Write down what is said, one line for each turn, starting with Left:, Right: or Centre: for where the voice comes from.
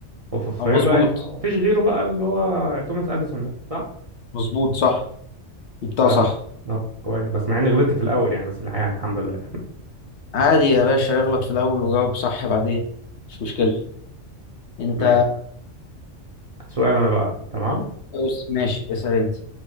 Right: وفي
Left: آه، مظبوط
Right: بقى مفيش غيره بقى اللي هو توماس اديسون ده صح
Left: مظبوط صح جبتها
Right: طب
Left: صح
Right: طب كويس بس مع اني غلطت في الاول يعني بس الحقيقه يعني الحمد لله
Left: عادي يا باشا اغلط في الاول وجاوب صح بعدين مش مشكلة انت
Right: تمام سؤال انا بقى تمام
Left: بص، ماشي اسأل انت